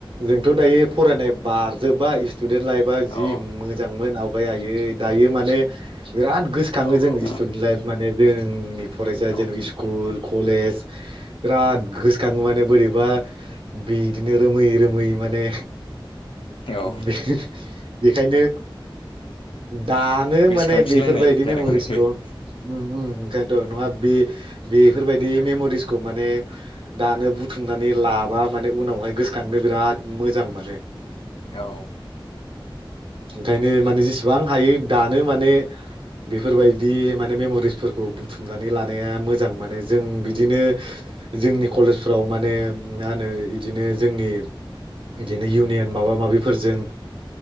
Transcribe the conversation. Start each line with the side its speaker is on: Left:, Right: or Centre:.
Right: जोंथ' दायो फरायनाय बारजोबाय स्टुदेन्ट लाइफआ
Left: अ
Right: जि
Left: औ
Right: मोजांमोन आवगाय आयै दायो माने बिराद गोसोखाङो
Left: औ
Right: जों स्टुदेन्ट लाइफ माने जों नि फरायसा
Left: औ
Right: जेन स्कुल कलेज बिराद गोसोखाङो माने बोरैबा बिदिनो रोमै दोमै माने
Left: औ
Right: <unintelligible> बेखायनो दानो
Left: गोसोखांफिनलायनाय
Right: माने बेफोरबायदि
Left: जादों
Right: मेम'रिसखौ
Left: औ
Right: उम उम ओंखायनोथ' नङा बे बेफोरबायदि मेम'रि बिसखौ माने दानो बुथुमनानै लाबा माने उनावहाय गोसोखां बे बिराद मोजां माने
Left: औ
Right: ओंखायनो माने जेसे बां हायो दानो माने बेफोरबायदि माने मेम'रिसफोरखौ बुथुमनानै लानाया मोजां माने जों बिदिनो जोंनि कलेजफ्राव माने मा होनो इदिनो जोंनि बिदिनो इउनियन माबा माबिफोरजों